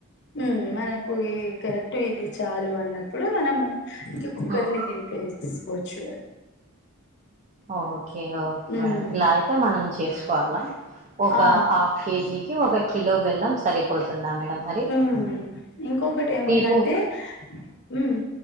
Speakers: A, on the left; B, on the right.
A: ఉమ్ మనకు ఈ కరెక్ట్ ఇది చాలు అన్నప్పుడు మనము ఇంక కుక్కర్ని
B: ఉమ్
A: దింపేసుకోవచ్చు
B: ఓకే ఓకే
A: ఉమ్
B: మేడం ఇలా అయితే మనం చేసుకోవాలా ఒక
A: ఆ
B: హాఫ్ కేజీకి ఒక కిలో బెల్లం సరిపోతుందా మేడం మరి
A: ఉమ్ ఇంకొకటి ఏముందంటే
B: తీపు
A: ఉమ్